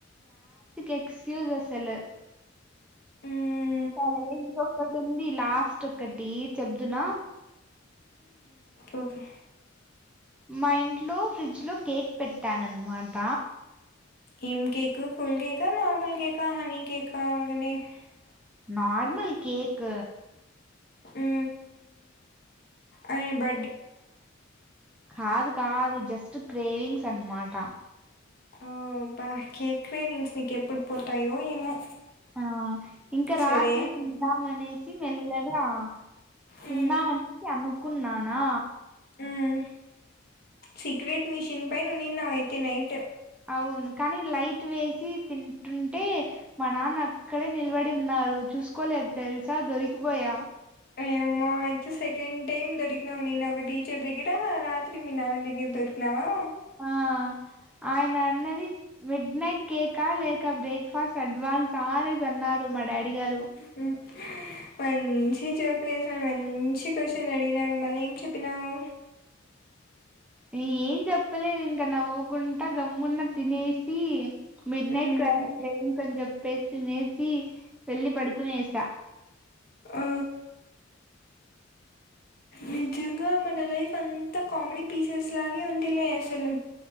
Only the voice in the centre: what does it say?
ఎక్స్క్యూస్ అసలు
సరే ఇంకొకటుంది లాస్టొకటి. చెబ్దునా
మా ఇంట్లో ఫ్రిడ్జ్ లో కేక్ పెట్టానన్మాట.
నార్మల్ కేక్
కాదు కాదు జస్ స్ట్ క్రేవింగ్స్ అన్మాట.
ఆ ఇంకా
రాత్రి తిందామనేసి మెల్లగా తిందామనేసి
అనుకు కున్నానా
అవును కానీ లైట్ వేసి తింటుంటే, మా నాన్న అక్కడే నిలబడి ఉన్నారు చూసుకోలేదు తెల్సా దొరికిపోయా.
ఆ ఆయన అన్నది మిడ్ నైట్ కేకా లేక బ్రేక్ఫాస్ట్ అడ్వాన్సా అనేసి అన్నారు. మా డాడీ గారు
ఏం చెప్పలేదు ఇంకా నవ్వుకుంట గమ్మున్న తినేసి, మీడ్నాయిట్
క్ర క్రేవింగ్స్ అని చెప్పే తినేసి వెళ్లి పడుకునేస.